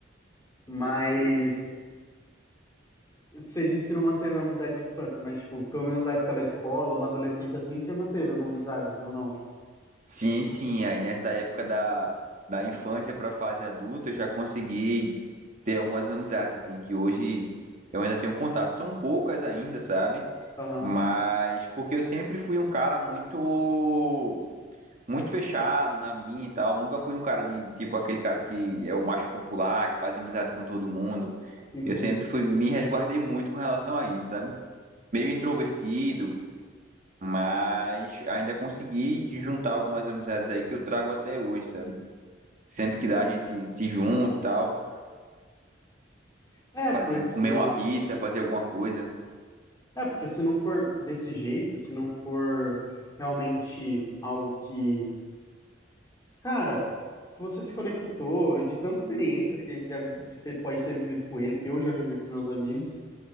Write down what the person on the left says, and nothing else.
Mas Você disse que não manteve uma amizade de infância, mas, tipo, pelo menos da época da escola, uma adolescência assim, você manteve alguma amizade, ou não?
Aham,
entendo.
É,
porque,
é, porque se não for desse jeito, se não for realmente algo que, cara, que você se conectou de tantas experiências que a gente já, você pode ter vivido com ele, que eu já vivi com os meus amigos,